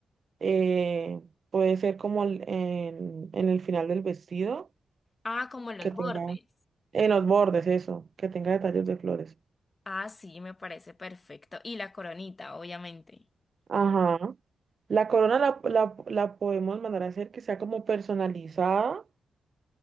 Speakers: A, on the right (about 50°); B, on the left (about 35°).
A: eh, puede ser como el- en, en el final del vestido,
B: Ah, como en los
A: que tenga,
B: bordes.
A: en los bordes, eso, que tenga detalles de flores.
B: Ah, sí, me parece perfecto. Y la coronita, obviamente.
A: Ajá. La corona la, la, la podemos mandar a hacer que sea como personalizada